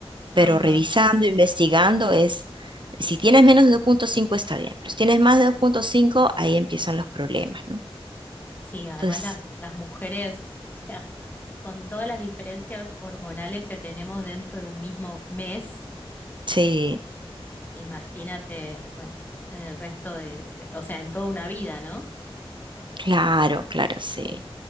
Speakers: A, on the left; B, on the right.
A: Ajá.
B: pero revisando, investigando es, si tienes menos de dos punto cinco está bien, pero si tienes más de dos punto cinco ahí empiezan los problemas, ¿no?
A: Sí, además
B: Entonces,
A: la- las mujeres, o sea, con todas las diferencias hormonales que tenemos dentro de un mismo mes.
B: sí,
A: Imagínate, bueno, en el resto de, de- o sea, en toda una vida, ¿no?
B: claro, claro, sí.